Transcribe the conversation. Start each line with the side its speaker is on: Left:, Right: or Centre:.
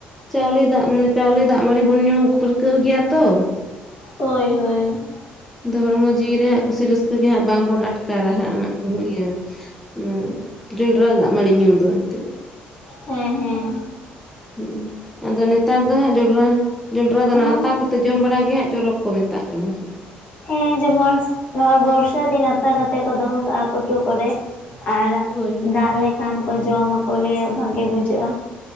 Centre: ᱪᱟᱣᱞᱮ ᱫᱟᱜ ᱢᱟᱱᱮ ᱪᱟᱣᱞᱮ ᱫᱟᱜ ᱢᱟᱹᱲᱤ ᱵᱚᱱ ᱧᱩ ᱯᱟᱹᱨᱠᱟᱹᱣ ᱜᱮᱭᱟ ᱛᱳ,
Left: ᱦᱳᱭ ᱦᱳᱭ
Centre: ᱟᱫᱚ ᱦᱚᱲᱢᱚ ᱡᱤᱣᱤ ᱨᱮ ᱦᱟᱸᱜ ᱠᱩᱥᱤ ᱨᱟᱹᱥᱠᱟᱹ ᱜᱮ ᱦᱟᱸᱜ ᱵᱟᱝᱵᱚᱱ ᱟᱴᱠᱟᱨᱟ ᱦᱟᱸᱜ ᱩᱱᱟᱹᱜ ᱜᱩᱦᱩᱢ ᱤᱭᱟᱹ ᱦᱩ ᱡᱚᱱᱰᱨᱟ ᱫᱟᱜ ᱢᱟᱹᱬᱤ ᱧᱩ ᱫᱚ ᱮᱱᱛᱮᱜ,
Left: ᱦᱮᱸ ᱦᱮᱸ᱾
Centre: ᱦᱩᱸ ᱟᱫᱚ ᱱᱮᱛᱟᱨ ᱫᱚ ᱦᱟᱸᱜ ᱡᱚᱸᱰᱨᱟ ᱡᱚᱸᱰᱨᱟ ᱫᱚ ᱱᱟᱸᱜ
Left: ᱦᱮᱸ
Centre: ᱟᱛᱟ ᱠᱟ ᱛᱚ ᱡᱚᱢ ᱵᱟᱲᱟ ᱜᱮ ᱦᱟᱸᱜ ᱪᱚᱨᱚᱠ ᱠᱚ ᱢᱮᱛᱟᱜ ᱠᱟᱱᱟ ᱦᱟᱸᱜ᱾
Left: ᱦᱮᱸ ᱡᱮᱢᱚᱱ ᱱᱚᱣᱟ ᱵᱚᱨᱥᱟ ᱫᱤᱱ ᱟᱛᱟ ᱠᱟᱛᱮᱜ ᱠᱚ ᱫᱚᱦᱚ ᱠᱟᱜᱼᱟ ᱠᱩᱴᱩ ᱠᱚᱨᱮᱫ᱾ ᱟᱨ
Centre: ᱦᱳᱭ ᱦᱳᱭ
Left: ᱫᱟᱜ ᱞᱮᱠᱷᱟᱱ ᱠᱚ ᱡᱚᱢ ᱟᱠᱚ ᱞᱟᱹᱭᱟ ᱵᱷᱟᱜᱮ ᱵᱩᱡᱷᱟᱹᱜᱼᱟ᱾